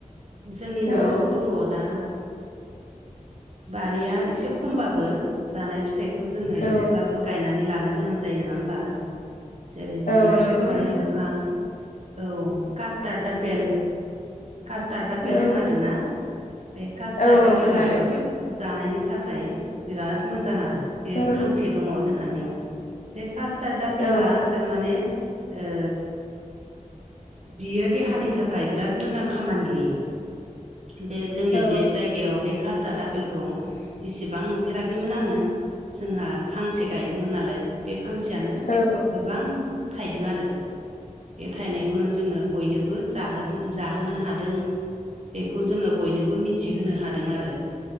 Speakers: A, on the right; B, on the left.
A: जोंनि न'आव
B: औ
A: दङ दा बारिया एसे खमबाबो जानाय फिथाइखौ जोङो
B: औ
A: एसेब्लाबो गायनानै लानो गोनां जायो नङा होमबा जेरै जोङो
B: औ नंगौ
A: सफारि
B: नंगौ
A: दंफां औ कास्टार्ड आफेल कास्टार्ड आफेल
B: औ
A: खोनादों ना? बे कास्टार्ड
B: औ
A: आफेलाबो
B: खोनादों
A: जानायनि थाखाय बिराद मोजां आरो बे
B: औ
A: फांसे दङ जोंहानियाव बे कास्टार्ड आफेला
B: औ
A: थारमाने ओ बियो देहानि थाखाय बिराद मोजां खामानि होयो बे जोंनि
B: अ
A: बे जायगायाव बे का स्टार्ड आफेलखौ इसेबां नुफेराखैमोन आङो जोंहा फांसे गायदोंमोन नालाय बे फांसेयानो
B: औ
A: गोबां थाइदों आरो बे थाइनायखौनो जोङो बयनोबो जाहोदों जाहोनो हादों बेखौ जोङो बयनोबो मिथिहोनो हादों आरो